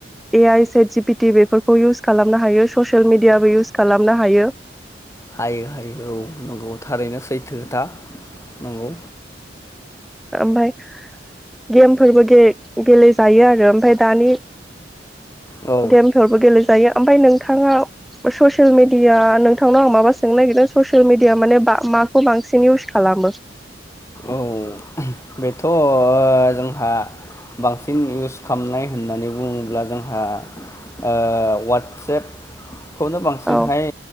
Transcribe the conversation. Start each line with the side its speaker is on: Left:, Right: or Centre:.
Centre: ए आइ सेट जि पि टि बेफोरखौ इउस खालामनो हायो ससियेल मिडियाबो इउस खालामनो हायो।
Left: हायो हायो औ नंगौ थारैनो सैथो खोथा नंगौ।
Centre: ओमफाय गेमफोरबो गे-गेलेजायो आरो ओमफाय दानि
Left: औ
Centre: गेमफोरबो गेले जायो ओमफाय नोंथाङा ससियेल मिडिया नोंथांनाव आं माबा सोंनो नागिरदों ससियेल मिडिया माने माखौ बांसिन इउस खालामो?
Left: औ बेथ' जोंहा बांसिन इउस खालामनाय होननानै बुङोब्ला जोंहा ओ वाट्सएप
Centre: <unintelligible>
Left: खौनो बांसिनहाय
Centre: औ